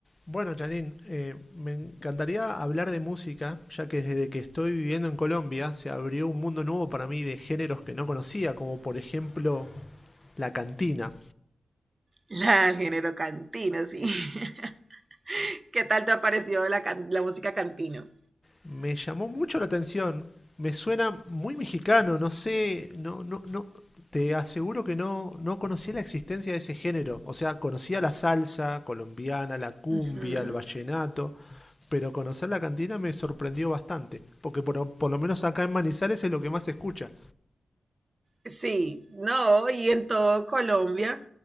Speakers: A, on the left; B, on the right.
A: Bueno, Janine, eh, me encantaría hablar de música, ya que desde que estoy viviendo en Colombia se abrió un mundo nuevo para mí de géneros que no conocía, como por ejemplo la cantina.
B: La del género cantino, sí. <laughs> ¿Qué tal te ha parecido la, can- la música cantino?
A: Me llamó mucho la atención, me suena muy mexicano, no sé, no, no, no, te aseguro que no, no conocía la existencia de ese género. O sea, conocía la salsa colombiana, la cumbia,
B: Ujú.
A: el vallenato, pero conocer la cantina me sorprendió bastante, porque por, por lo menos acá en Manizales es lo que más se escucha.
B: Sí, no, y en todo Colombia,